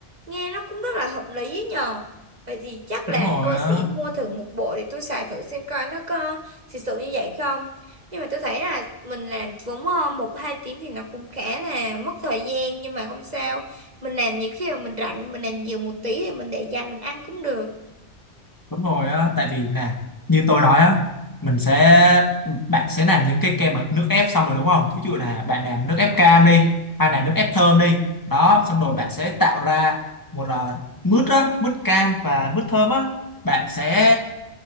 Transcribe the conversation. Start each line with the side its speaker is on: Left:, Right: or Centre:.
Right: nghe nó cũng rất là hợp lý ấy nhờ vậy thì chắc
Left: đúng
Right: là
Left: rồi
Right: tôi
Left: á
Right: sẽ mua thử một bộ để tôi xài thử xem coi nó có thực sự như vậy không nhưng mà tôi thấy là mình làm vốn ờ, một hai tiếng thì nó cũng khá là mất thời gian nhưng mà không sao mình làm những khi mà mình rảnh mình làm nhiều một tí thì mình để dành mình ăn cũng được
Left: đúng rồi á tại vì là như tôi nói á mình sẽ bạn sẽ làm những cái kem bằng nước ép xong rồi đúng không thí dụ là bạn làm nước ép cam đi hay là nước ép thơm đi đó xong rồi bạn sẽ tạo ra một uh, mứt á mứt cam và mứt thơm á bạn sẽ